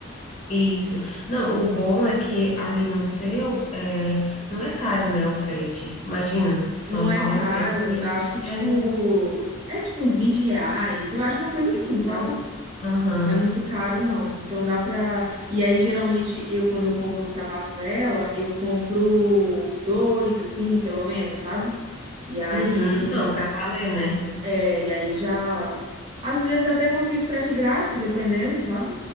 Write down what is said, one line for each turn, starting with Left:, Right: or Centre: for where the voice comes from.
Left: Isso. Não, o bom é que ali no seu, é, não é caro, né, o frete. Imagina, de São
Right: Não é
Left: Paulo
Right: caro,
Left: para aqui.
Right: eu acho que, tipo,
Left: É, não.
Right: é tipo uns 20 reais, eu acho uma coisa
Left: Olha
Right: assim,
Left: só.
Right: sabe?
Left: Aham.
Right: Não É muito Uhum. caro, não. Então dá pra. E aí, geralmente, eu, quando eu compro o sapato pra ela, eu compro dois, assim, pelo menos, sabe? E aí,
Left: Uhum. Não, para valer, né?
Right: é, e aí já. Às vezes eu até consigo frete grátis, dependendo, sabe?